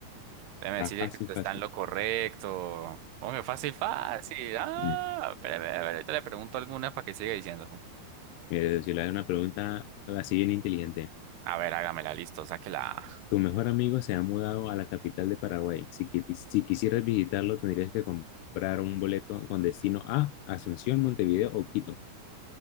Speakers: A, on the right; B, on the left.
A: Déjeme
B: Está
A: decirle
B: fácil,
A: que usted
B: fácil.
A: está en lo correcto. Hombre, fácil, fácil. Ah,
B: Mm.
A: espere, espere, espere, ahorita le pregunto algunas para que siga diciendo.
B: Mire, socio, le hago una pregunta así bien inteligente.
A: A ver, hágamela, listo, sáquela.
B: Tu mejor amigo se ha mudado a la capital de Paraguay. Si, qui- si quisieras visitarlo, tendrías que comprar un boleto con destino a Asunción, Montevideo o Quito.